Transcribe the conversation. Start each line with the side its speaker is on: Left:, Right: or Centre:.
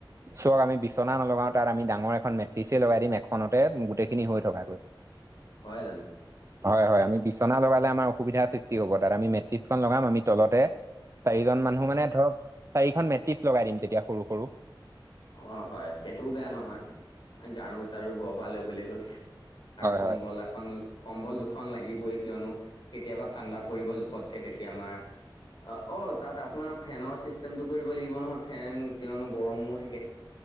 Right: চক আমি বিচনা নলগাওঁ তাত আমি ডাঙৰ এ মেট্ৰেছে লগাই দিম এখনতে গোটেইখিনি হৈ থকাকৈ। <inaudible>
Left: হয় জানো?
Right: হয় হয় আমি বিচনা লগালে আমাৰ অসুবিধাৰ সৃষ্টি হ'ব, তাত আমি মেট্ৰেছখন লগাম আমি তলতে চাৰিজন মানুহ মানে ধৰক চাৰিখন মেট্ৰেছ লগাই দিম তেতিয়া সৰু সৰু।
Left: অ হয় সেইটোও বেয়া নহয় গাৰু চাৰু ঘৰৰ পালে বুলি হ'ল, আৰু
Right: হয়
Left: কম্বল
Right: হয়
Left: এখন কম্বল দুখন লাগিবইে কিয়নো কেতিয়াবা ঠাণ্ডা, পৰিব জোখতকে তেতিয়া আমাৰ অ তাত আপোনাৰ ফেনৰ চিষ্টেমটো কৰিব লাগিব নহয়। ফেন কিয়নো গৰমত,